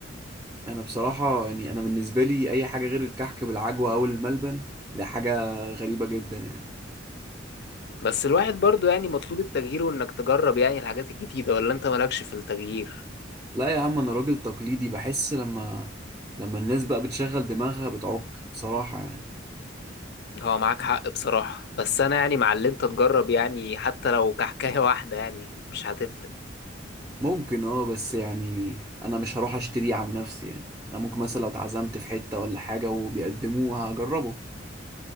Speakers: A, on the right; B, on the left.
A: انا بصراحة يعني انا بالنسبة لي اي حاجة غير الكحك بالعجوة او الملبن ده حاجة غريبة جدا يعني
B: بس الواحد برضو يعني مطلوب التغيير وانك تجرب يعني الحاجات الجديدة ولا انت مالكش في التغيير
A: لا يا عم انا راجل تقليدي بحس لما لما الناس بقى بتشغل دماغها بتعك بصراحة يعني
B: هو معاك حق بصراحة بس انا يعني مع اللي انت تجرب يعني حتى لو كحكاية <laughs> واحدة يعني مش هتفرق
A: ممكن اه بس يعني انا مش هروح اشتريه عن نفسي يعني انا ممكن مثلا لو اتعزمت في حتة ولا حاجة وبيقدموه هجربه